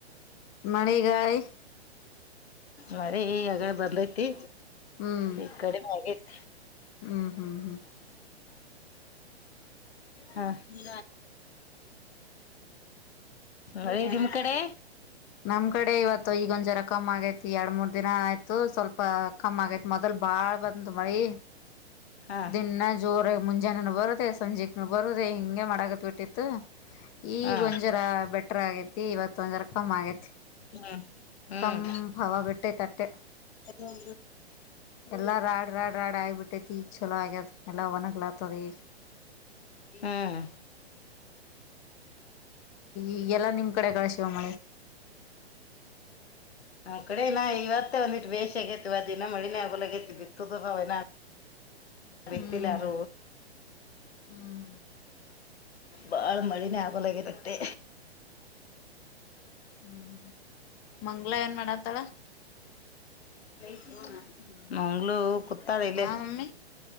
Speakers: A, on the left (about 25°); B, on the left (about 70°).
A: ಮಣಗಾಯ
B: ಮರ ಈ ಯಗಡೆ ಬರ್ಲೈತಿ
A: ಹ್ಮ್
B: ಈ ಕಡೆ ಮ್ಯಾಗತಿ
A: ಹ್ಮ್ ಹ್ಮ್ ಹ್ಮ್
B: ಹ ನಿ ಅ ನಿಮ್ ಕಡೆ
A: ನಮ್ ಕಡೆ ಇವತ್ತು ಈಗೊಂದ ಜರ ಕಮ್ಮ್ ಆಗೈತಿ ಎರಡ್ ಮೂರ್ ದಿನ ಆಯ್ತು ಸ್ವಲ್ಪ ಕಮ್ಮ್ ಆಗೈತಿ ಮೊದಲ್ ಬಾಳ್ ಬಂದು ಮಳಿ
B: ಹಾ
A: ದನ್ನ ಜೋರ ಮುಂಜಾನೆ ಬರುದೇ ಸಂಜೆಕ್ನು ಬರುದ ಹಿಂಗೆ ಮಾಡಕತ್ ಬಿಟ್ಟಿತ್ತು ಈ
B: ಹಾ
A: ಗೊಂಜರಾ ಬೆಟ್ಟ ಎಟ ಆಗೈತಿ ಇವತ್ತ ಒಂದ ರ ಕಮ್ ಆಗೈತಿ
B: ಹ್ಮ್ ಹ್ಮ್
A: ತಂಪ್ ಹವ ಬಿಟ್ಟೈತ್ ಅಟ್ಟೆ
B: ಹ್ಮ್
A: ಎಲ್ಲ ರಾಡ್ ರಾಡ್ ರಾಡ್ ಆಗಬಿಟ್ಟೈತಿ ಈಗ ಚಲೋ ಆಗ್ಯದ್ ಎಲ್ಲ ಒಣಗ್ಲಾತದ ಈಗ
B: ಹ್ಮ್
A: ಈಗೆಲ್ಲ ನಿಮ್ ಕಡೆ ಕಳ ಶಿವ ಮಾಡಿ.
B: ನ್ ಕಡೆ ನ ಇವತ್ತೇ ಒಂದಿು ಬೇೇಶ ಆಗೇತಿವ ದಿನ ಮಳಿನೇ ಆಗಲಗೇತಿ ಬಿತ್ತು ನಾವ ವತ್ತಲ
A: ಹ್ಮ್
B: ಅರ
A: ಹ್ಮ್
B: ಬಾಳ ಮಾಡಿ ಆಗೋಲಗೆ ತತೆ
A: ಹ್ಮ್ ಮಂಗ್ಲಾ ಏನ್ ಮಾಡತ್ತಾಳ
B: <unintelligible> ಮಂಗ್ಳೂ ಕುತಡಲ್ಲ
A: ಹಾ ಮಮ್ಮಿ